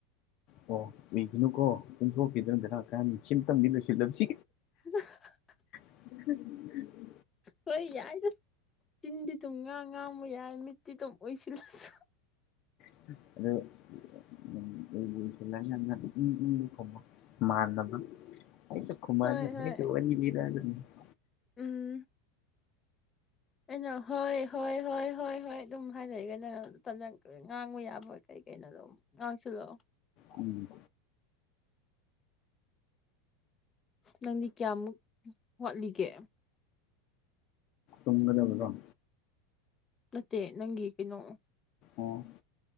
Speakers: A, on the left; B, on the left.
A: ꯑꯣ ꯎꯏꯒꯅꯨꯀꯣ ꯇꯨꯝꯊꯣꯛꯈꯤꯗꯅ ꯕꯦꯔꯥ ꯀꯥꯅꯤ ꯁꯤꯝꯇꯪꯗꯤ ꯂꯣꯏꯁꯜꯂꯝꯁꯤ
B: <unintelligible>
A: <unintelligible>
B: ꯍꯣꯏ ꯌꯥꯏꯗ ꯆꯤꯟꯗꯤ ꯑꯗꯨꯝ ꯉꯥꯡ ꯉꯥꯡꯕꯨ ꯌꯥꯏ ꯃꯤꯠꯇꯤ ꯑꯗꯨꯝ ꯎꯏꯁꯤꯜꯂꯁꯨ
A: <unintelligible> ꯅꯪ ꯑꯩꯕꯨ <unintelligible> <unintelligible>
B: ꯍꯣꯏ ꯍꯣꯏ ꯎꯝ ꯑꯩꯅ ꯍꯣꯏ ꯍꯣꯏ ꯍꯣꯏ ꯍꯣꯏ ꯍꯣꯏ ꯑꯗꯨꯝ ꯍꯥꯏꯔꯛꯏꯒꯅ ꯉꯥꯡꯕ ꯌꯥꯕ ꯀꯩ ꯀꯩꯅꯣꯗꯣ ꯉꯥꯡꯁꯜꯂꯛꯑꯣ
A: ꯎꯝ
B: ꯅꯪꯗꯤ ꯀꯌꯥꯃꯨꯛ ꯍꯣꯠꯂꯤꯒꯦ
A: ꯇꯨꯝꯒꯗꯕꯗꯣ
B: ꯅꯠꯇꯦ ꯅꯪꯒꯤ ꯀꯩꯅꯣ
A: ꯑꯣ